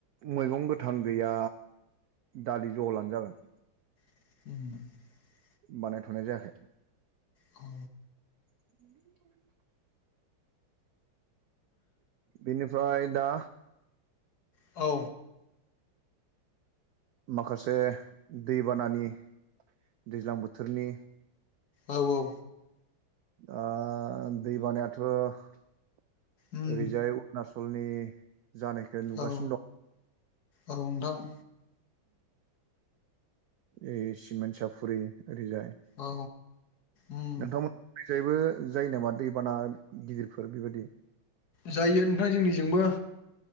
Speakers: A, on the right (about 85°); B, on the left (about 55°).
A: मैगं गोथां गैया दालि जहल' आनो जागोन
B: <inaudible>
A: बानाय थनाय जायाखाय
B: औ
A: <inaudible> बिनिफ्राय दा
B: औ
A: माखासे दैबानानि दैज्लां बोथोरनि
B: औ औ
A: ओ दै बानायाथ' ओरैजाय
B: उम
A: अरनासल सलनि जानायखौ नुगासिनो
B: औ
A: दं
B: औ नोंथां
A: ए सिमन् सप फुरि औरैजाय
B: औ उम
A: नोंथांमोन फायबो जायो नामा दैबाना गिदिरफोर बेबायदि
B: जायो नोंथां जोंनिजोंबो